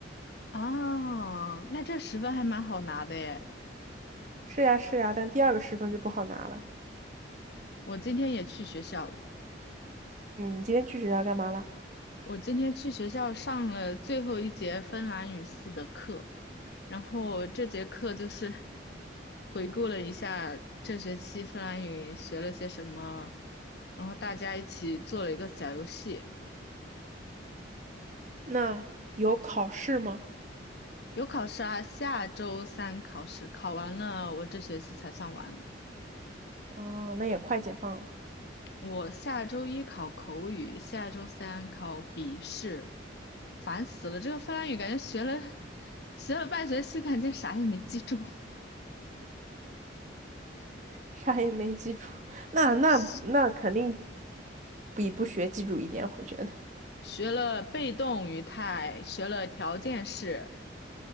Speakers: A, on the left; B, on the right.
A: 啊，那这十分还蛮好拿的耶。
B: 是呀是呀，但第二个十分就不好拿了。
A: 我今天也去学校了，
B: 嗯，你今天去学校干嘛了？
A: 我今天去学校上了最后一节芬兰语四的课，然后这节课就是 <laughs> 回顾了一下这学期芬兰语学了些什么，然后大家一起做了一个小游戏。
B: 那有考试吗？
A: 有考试啊，下周三考试，考完了我这学期才算完了。
B: 哦，那也快解放了，
A: 我下周一考口语，下周三考笔试，烦死了！这个芬兰语感觉学了学了半学期，感觉啥也没记住。
B: 啥也没记住，<laughs> 那那那肯定
A: <laughs>
B: 比不学记住一点，我觉得。
A: 学了被动语态，学了条件式，